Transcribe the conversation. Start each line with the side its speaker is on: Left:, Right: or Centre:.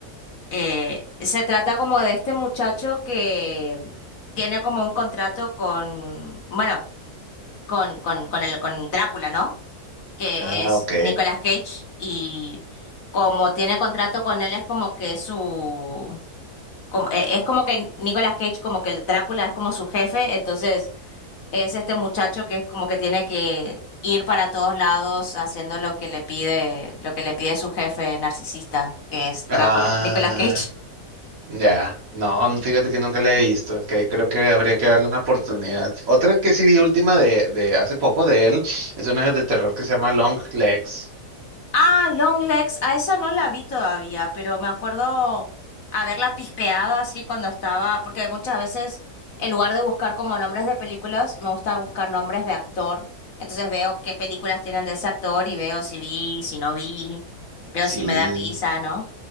Left: eh, se trata como de este muchacho que tiene como un contrato con, bueno, con, con, con el, con Drácula, ¿no? Que
Right: Ah,
Left: es
Right: ok.
Left: Nicolas Cage y como tiene contrato con él es como que su, como- eh, es como que Nicolas Cage como que el Drácula es como su jefe, entonces es este muchacho que es como que tiene que ir para todos lados haciendo lo que le pide, lo que le pide su jefe narcisista, que es Drácula,
Right: Ah,
Left: Nicolas Cage.
Right: ya. No, no, fíjate que nunca la he visto, que creo que habría que darle una oportunidad. Otra que sí vi última de, de hace poco de él, es una de terror que se llama Long Legs.
Left: Ah, Longlegs, a esa no la vi todavía, pero me acuerdo haberla pispeado así cuando estaba, porque muchas veces en lugar de buscar como nombres de películas, me gusta buscar nombres de actor. Entonces veo qué películas tienen de ese actor y veo si vi, si no vi, veo si
Right: Sí.
Left: me da risa, ¿no?